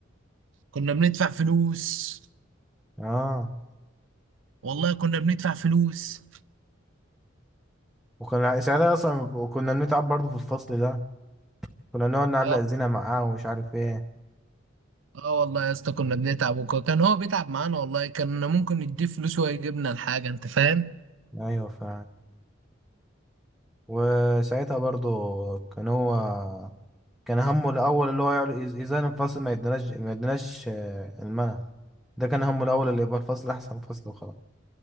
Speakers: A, on the right (about 70°); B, in the centre.
A: كنا بندفع فلوس
B: اه
A: والله كنا بندفع فلوس
B: وكنا ساعتها اصلا وكنا بنتعب برضه في الفصل ده كنا نقعد نعلق
A: اه
B: زينة معاه ومش عارف ايه
A: آه والله يا اسطى كنا بنتعب وكان هو بيتعب معانا والله كان ممكن نديه فلوس ويجيبنا الحاجه انت فاهم
B: ايوه ف وساعتها برضه كان هو كان همه الاول اللي هو يقعد- إز- ازاي الفصل ما يديناش ما يديناش آه، المنع ده كان همه الاول اللي يبقى الفصل احسن فصل وخلاص